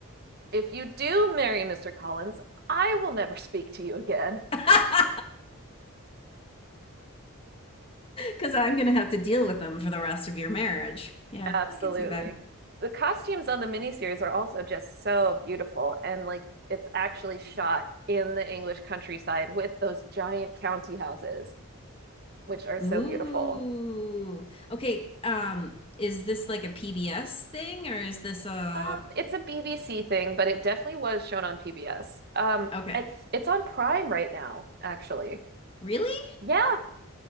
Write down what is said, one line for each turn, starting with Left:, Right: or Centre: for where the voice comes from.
Right: If you do marry Mr. Collins, I will never speak to you again.
Left: <laughs> Cuz I'm going to have to deal with them for the rest of your marriage. Yeah,
Right: Absolutely.
Left: I can see that.
Right: The costumes on the miniseries are also just so beautiful and like it's actually shot in the English countryside with those giant county houses, which are so
Left: Ooh.
Right: beautiful.
Left: Okay, um is this like a PBS thing or is this a
Right: Um, it's a BBC thing, but it definitely was shown on PBS. Um,
Left: Okay.
Right: it's it's on Prime right now, actually.
Left: Really?
Right: Yeah,